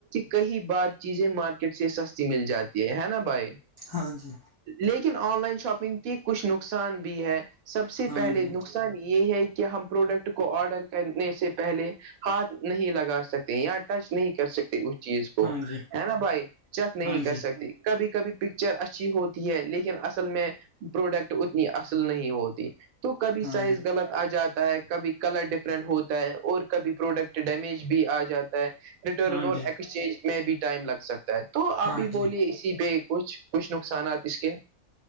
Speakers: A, on the right; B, on the left.
A: کئی بار چیزیں مارکیٹ سے سستی مل جاتی یہ ہے نا بھائی
B: ہاں جی
A: لیکن آن لائن شاپنگ کے کچھ نقصان بھی ہے سب سے
B: ہاں
A: پہلے
B: جی
A: نقصان یہ ہے کہ ہم پروڈکٹ کو آڈر کرنے سے پہلے ہاتھ نہیں لگا سکتے یااں ٹچ نہیں کر سکتے چیز کو
B: ہاں جی
A: ہے نا بھائی چیک نہیں
B: ہاں جی
A: کر سکتے کبھی کبھی پکچر اچھی ہوتی ہے لیکن اصل میں پروڈکٹ اتنی اصل نہیں ہوتی تو کبھی
B: ہاں
A: سائز
B: جی
A: غلط آ جاتا ہے کبھی کلر ڈفرینٹ ہوتا ہے اور کبھی پروڈکٹ ڈیمیج بھی آ جاتا ہے ریٹرن
B: ہاں
A: اور
B: جی
A: ایکسچینج میں بھی ٹائم لگ سکتا ہے تو آپ
B: ہاں
A: بھی
B: جی
A: بولیے اس کسی پہ کچھ کچھ نقصانات اس کے